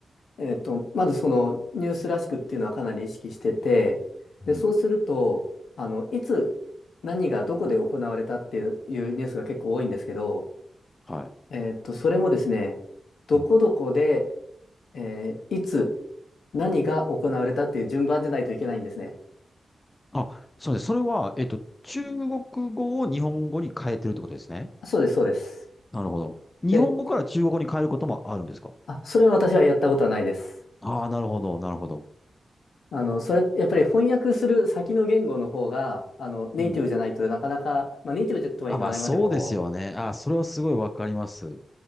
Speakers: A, on the left; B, on the left.
A: えっと、まずそのニュースらしくっていうのはかなり意識してて、
B: うん。
A: で、そうすると、あの、いつ何がどこで行われたっていう、いうニュースが結構多いんですけど、
B: はい。
A: えっと、それもですね、どこどこで、
B: うん。
A: えーいつ、何が行われたっていう順番じゃないといけないんですね。
B: あ、そうです。それは、えっと、中国語を日本語に変えてるってことですね。
A: そうです、そうです。
B: なるほど。日本語から中国語に変えることもあるんですか
A: で、あ、それは私はやったことはないです。
B: ああー、なるほど、なるほど。
A: あの、それ、やっぱり翻訳する先の言語の方が、あの、ネイティブじゃないとなかなか、
B: うん。
A: まあ、ネイティブとはいかないまでも、
B: あ、まあそうですよね。あ、それはすごいわかります。